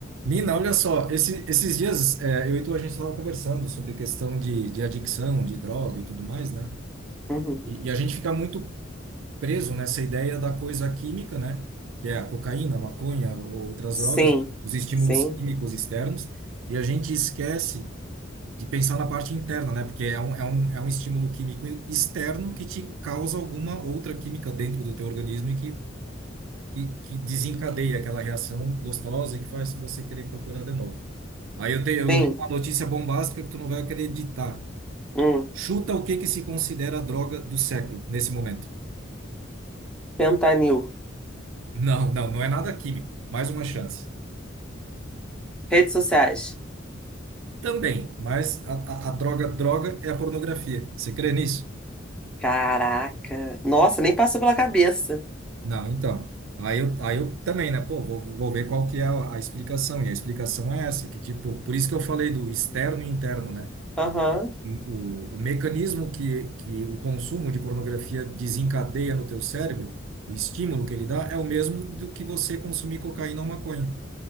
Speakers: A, on the right; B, in the centre.
A: Nina, olha só, esse- esses dias é, eu e tu, a gente estava conversando sobre questão de, de adicção, de droga e tudo mais, né?
B: Uhum.
A: E, e a gente fica muito preso nessa ideia da coisa química, né? Que é a cocaína, a maconha, ou outras
B: Sim,
A: drogas, os estímulos
B: sim,
A: químicos externos, e a gente esquece de pensar na parte interna, né? Porque é um, é um, é um estímulo químico externo que te causa alguma outra química dentro do teu organismo e que, que, que desencadeia aquela reação gostosa e que faz você querer procurar de novo. Aí eu, te, eu
B: sim.
A: li uma notícia bombástica que tu não vai acreditar.
B: Hum.
A: Chuta o que que se considera a droga do século nesse momento.
B: Fentanil.
A: Não, não, não é nada químico. Mais uma chance.
B: Redes sociais.
A: Também, mas a, a, a droga droga é a pornografia. Você crê nisso?
B: Caraca. Nossa, nem passou pela cabeça.
A: Não, então. Aí eu, aí eu também, né? Pô, vou, vou ver qual que é a, a explicação. E a explicação é essa, que tipo, por isso que eu falei do externo e interno, né?
B: Aham.
A: o, o mecanismo que, que o consumo de pornografia desencadeia no teu cérebro, o estímulo que ele dá, é o mesmo do que você consumir cocaína ou maconha.